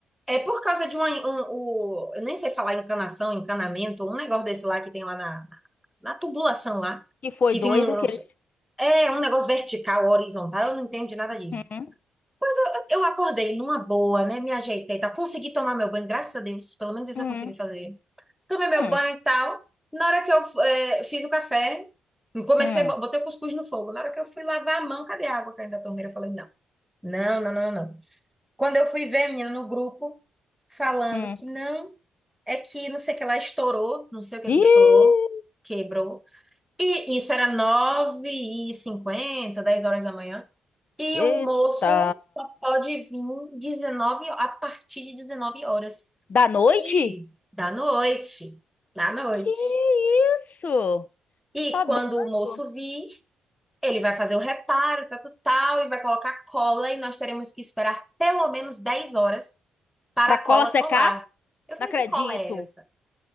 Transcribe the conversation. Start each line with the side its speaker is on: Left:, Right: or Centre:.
Centre: É por causa de uma, um, o, eu nem sei falar encanação, encanamento, um negócio desse lá que tem lá na, na tubulação lá,
Left: Que foi
Centre: que tem
Left: doido
Centre: um,
Left: que eles.
Centre: é um negócio vertical, horizontal, eu não entendo de nada disso.
Left: Hum,
Centre: Mas eu, eu acordei numa boa, né? Me ajeitei, tá? Consegui tomar meu banho, graças a Deus, pelo menos isso
Left: hum,
Centre: eu consegui fazer. Tomei meu
Left: hum,
Centre: banho e tal. Na hora que eu eh, fiz o café, comecei,
Left: hum,
Centre: bo- botei o cuscuz no fogo. Na hora que eu fui lavar a mão, cadê a água caindo da torneira? Eu falei, não, não, não, não, não. não. Quando eu fui ver, menina, no grupo, falando
Left: hum.
Centre: que não é que não sei o que lá estourou, não sei o que
Left: Ih,
Centre: é que estourou, quebrou. E isso era nove e cinquenta, dez horas da manhã. E
Left: eita.
Centre: o moço só pode vir 19 a partir de 19 horas.
Left: Da noite?
Centre: E da noite, da noite.
Left: Que isso?
Centre: E
Left: Tá
Centre: quando
Left: doido?
Centre: o moço vir, ele vai fazer o reparo, tal, tal, tal, e vai colocar cola, e nós teremos que esperar pelo menos 10 horas para
Left: Pra
Centre: a
Left: cola
Centre: cola
Left: secar?
Centre: colar. Eu falei,
Left: Não acredito.
Centre: que cola é essa?